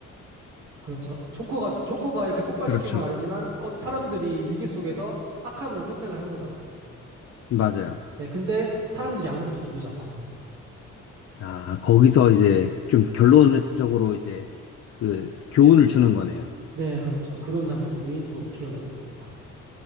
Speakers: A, on the right; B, on the left.
A: 그렇죠. 조커가, 조커가 이렇게 폭발시킨
B: 그렇죠.
A: 건 아니지만, 어, 사람들이 위기 속에서 악함을 선택을 한 거잖아요.
B: 맞아요.
A: 네. 근데 사람들이 아무것도 누르지 않거든요.
B: 아, 거기서 이제 좀 결론적으로 이제 그 교훈을 주는 거네요.
A: 네, 그렇죠. 그런 장면들이 또 기억에 남습니다.